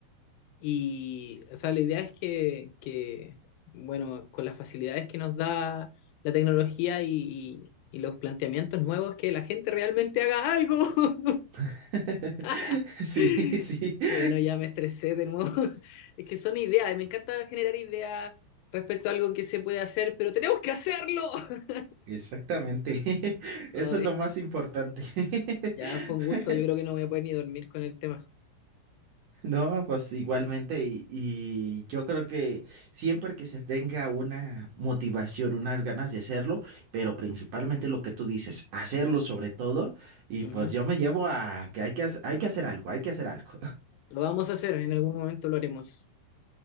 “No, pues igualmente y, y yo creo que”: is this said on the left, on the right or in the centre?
Right